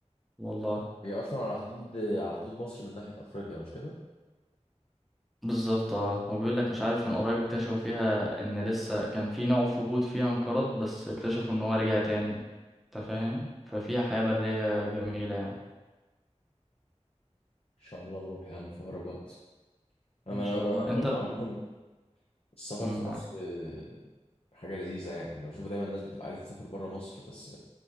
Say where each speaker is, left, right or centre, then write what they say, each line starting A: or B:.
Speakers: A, in the centre; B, on the left (about 55°).
A: والله
B: هي اصلا على حدود على حدود مصر من ناحية افريقيا مش كده ان
A: بالظبط اه وبيقول لك مش عارف من قريب اكتشفوا فيها ان لسه كان في نوع فهود فيها انقرض بس اكتشفوا ان هو رجع تاني انت فاهم ففيها حياة برية جميلة يعني
B: شاء الله نروح يا عم في اقرب وقت انا
A: ان شاء
B: ب-
A: الله انت
B: برضه
A: بقى
B: عامة السفر
A: مم،
B: في
A: معاك
B: مصر اه، حاجة لذيذة يعني أنا بشوف دايما الناس بتبقى عايزة تسافر برا مصر بس